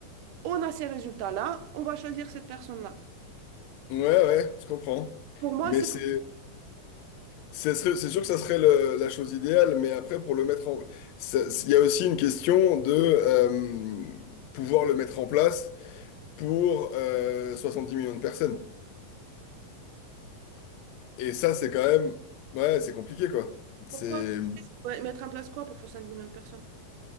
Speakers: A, on the right (about 75°); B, on the left (about 80°).
A: on a ces résultats-là, on va choisir cette personne-là.
B: Ouais, ouais, je comprends.
A: Pour moi,
B: Mais
A: c'est
B: c'est,
A: plus-
B: c'est serait- c'est sûr que ça serait le- la chose idéale, mais après, pour le mettre en, ça- il y a aussi une question de euh, pouvoir le mettre en place. pour euh, dix millions de personnes. Et ça, c'est quand même... Ouais, c'est compliqué, quoi.
A: pourquoi
B: C'est...
A: Ouais, mettre en place quoi pour 60 millions de personnes?